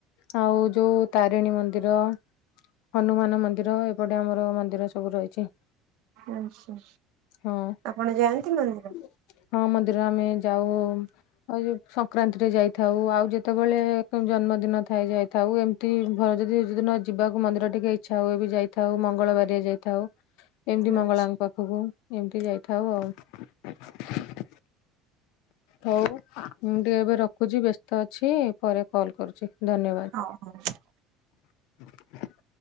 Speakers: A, on the left (about 65°); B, on the right (about 60°).
A: ଆଉ ଯୋଉ ତାରିଣୀ ମନ୍ଦିର ହନୁମାନ ମନ୍ଦିର ଏପଟେ ଆମର ମନ୍ଦିର ସବୁ ରହିଚି।
B: ଆଚ୍ଛା।
A: ହଁ
B: ଆପଣ ଯାଆନ୍ତି ମନ୍ଦିର?
A: ହଁ ମନ୍ଦିର ଆମେ ଯାଉ। ଆଉ ସଂକ୍ରାନ୍ତି ରେ ଯାଇଥାଉ ଆଉ ଯେତବଳେ ଜନ୍ମଦିନ ଥାଏ ଯାଇଥାଉ ଏମ୍ ଟି ଭଲ ଯଦି ଯଦି ନ ଯିବାକୁ ମନ୍ଦିର ଟିକେ ଇଛା ହୁଏ ବି ଯାଇଥାଉ ମଙ୍ଗଳବାରିଆ ଯାଇଥାଉ। ଏମତି
B: ଆଚ୍ଛା
A: ମଙ୍ଗଳାଙ୍କ ପାଖକୁ ଏମତି ଯାଇଥାଉ ଆଉ। ହୋଉ। ମୁଁ ଟିକେ ଏବେ ରଖୁଚି ବେସ୍ତ ଅଛି ପରେ କଲ୍ କରୁଚି ଧନ୍ୟବାଦ।
B: ହଁ ହୋଉ।
A: <inaudible>